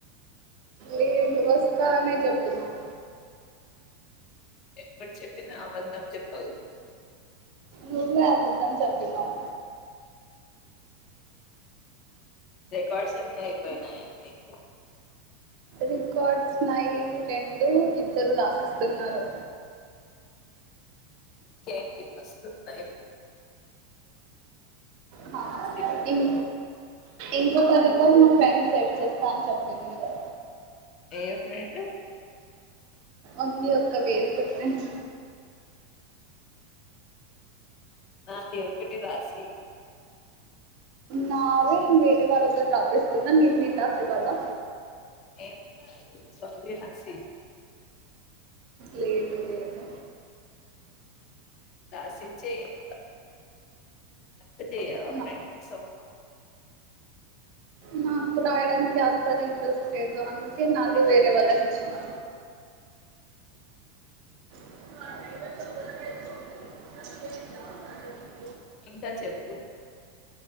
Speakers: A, on the right; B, on the left.
A: లేదు వస్తా అనే చెప్పినవ్
B: ఎప్పుడు చెప్పినా, అబద్దం చెప్పవ్
A: నువ్వే అబద్ధం చెప్పినవ్
B: రికార్డ్స్ ఉన్నయా, అయిపోయినవా నీవి?
A: రికార్డ్స్ నాయి రెండు ఇద్దరు రాసిస్తున్నారు
B: ఇంకేంటి వస్తున్నయ్
A: హ
B: రాసి ఇవ్వడానికి
A: ఇన్ ఇంకొకరి తోడ్ మా ఫ్రెండ్ సెట్ చేస్తా అని చెప్పింది గా
B: ఏ ఫ్రెండ్
A: ఉంది ఒక వేస్ట్ ఫ్రెండ్
B: నాది ఒకటి రాసి
A: నావే వేరే వాళ్ళతోటి రాపిస్తున్నా, నేన్ నీది రాసివ్వలా?
B: ఎమ్లా లు రాసి
A: లేదు లేదు
B: ద స్విచ్ ఏయ్ ఎం కా <unintelligible>
A: నా నాకు రాయడానికి అసలు ఇంట్రెస్ట్ లేదు, అందుకే నాది వేరే వాళ్ళకి ఇచ్చిన. ైవందా
B: ఇంకా చెప్పు